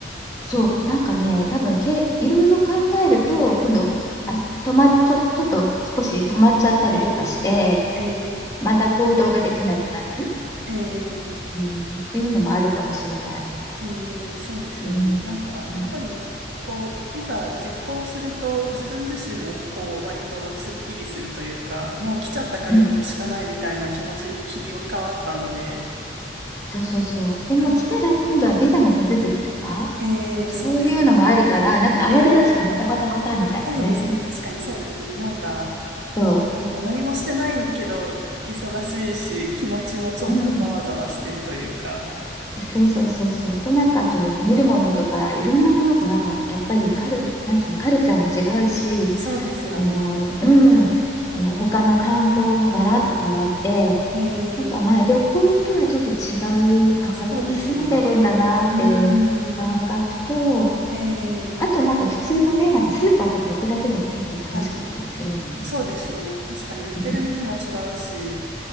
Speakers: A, on the left; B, on the right.
A: そう。なんかね、多分け、いろいろ考えると、今度、あ、止ま、ちょ、ちょっと少し止まっちゃったりとかして、
B: ええ、ええ、
A: まだ行動ができなくなる、
B: ええ。
A: うん、っていうのもあるかもしれない。
B: ええ、そうですよね。
A: うん。
B: なんか、
A: うん。
B: やっぱり、こう、いざ実行すると、自分自身も、こう、割とスッキリするというか、もう来ちゃったからやるしかないみたいな気持ちに切り替わったので、
A: うんそうそうそう。でも来たら今度はビザの手続きとか、
B: はい。ええ、そうですね。
A: そういうのもあるから、なんか慌ただしくバタバタバタみたいなね。
B: ええ、そうですね。確かにそうですね。なんか、
A: そ
B: あの、何もしてないけど、忙しいし、気持ちもちょっとざわざわしてるというか、
A: う。うん。そうそうそうそう。で、なんかあと見るものとかいろんなものがやっぱりカル、
B: ええ、うん、
A: なんていうの、カルチャーも違うし、
B: そうですよね。
A: その、うん、その他の環境もガラッと変わって、
B: え
A: なんかまあ旅行とはちょっと違
B: え、
A: う、あ、
B: そうですよね。
A: ここに住んでるんだなっていう感覚と、
B: うーん。ええ
A: あとなんか普通のね、なんかスーパーとか行くだけでも結構楽しかったりするもんね、
B: はい。そうですね。
A: 最初。
B: 確かに売ってるものも違うし、
A: <laughs>